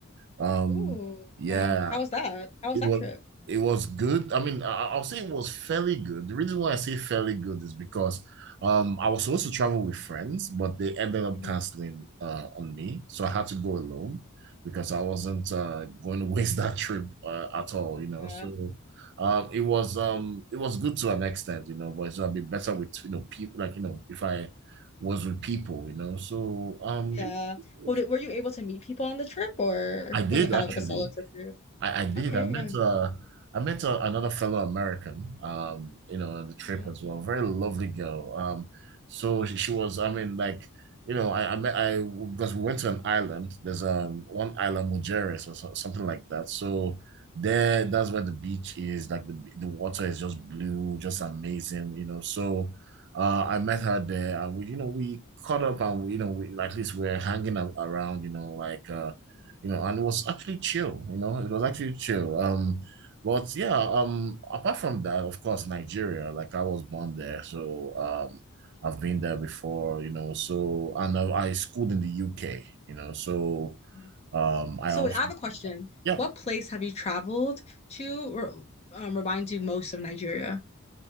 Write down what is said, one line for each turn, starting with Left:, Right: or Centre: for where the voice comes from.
Right: Um,
Left: Oh
Right: yeah,
Left: yeah. How was that? How was
Right: it
Left: that
Right: was
Left: trip?
Right: it was good. I mean, I, I'll say it was fairly good. The reason why I say fairly good is because um I was supposed to travel with friends, but they ended up
Left: Mhm.
Right: canceling uh on me, so I had to go alone because I wasn't uh going to <laughs> waste that trip uh, at all, you know.
Left: Yeah.
Right: So um it was um it was good to an extent, you know, but it's gonna be better with you know people like you know if I was with people, you know. So um
Left: Yeah.
Right: it was,
Left: Well, did, were you able to meet people on the trip or
Right: I did
Left: was it kind
Right: actually.
Left: of like a solo trip for you?
Right: I, I did.
Left: Okay,
Right: I met uh I met uh, another fellow American um you know on the trip
Left: yeah.
Right: as well. Very lovely girl. Um so she, she was I mean like you know I I met I because we went to an island. There's um one island Mujeres or so, something like that. So there that's where the beach is like the the water is just blue, just amazing, you know. So uh I met her there and we you know we caught up and we, you know we at least we're hanging a- around, you know, like uh you know, and it was actually chill, you know, it was actually chill. Um, but yeah, um, apart from that, of course, Nigeria, like I was born there, so um, I've been there before, you know, so and I, I schooled in the UK, you know, so
Left: Mm.
Right: um, I
Left: So
Right: also,
Left: I have a question.
Right: yeah,
Left: What place have you traveled to or um, reminds you most of Nigeria?